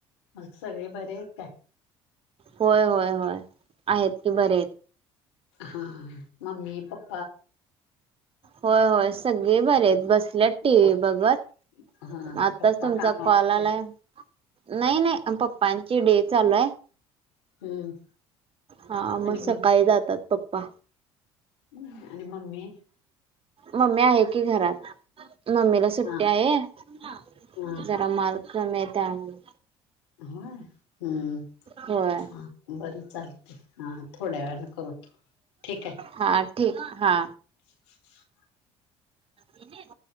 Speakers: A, on the left (about 80°); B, on the right (about 40°).
A: मग सगळे बरे आहेत काय
B: होय होय होय आहेत कि बरे आहेत
A: हा ममी पप्
B: होय होय सगळे बरे आहेत बसल्यात टी व्ही
A: पप्प
B: बघत
A: हा
B: आत्ताच
A: पप्पा
B: तुमचा
A: कामावर
B: कॉल
A: गेलेत
B: आलाय नाही नाही पप्पांची डे चालू आहे
A: हम्म
B: हा मग
A: आणि
B: सकाळी जातात पप्पा
A: हम् आणि म्मी
B: म्मी आहे की घरात ममीला सुट्टी
A: हा
B: आहे
A: हा
B: जरा माल कमी आहे त्यामुळे
A: होय हम्म
B: होय
A: बर चालते हां थोड्या वेळाने करूतो ठीक आहे
B: हा ठीक हा
A: ह
B: तन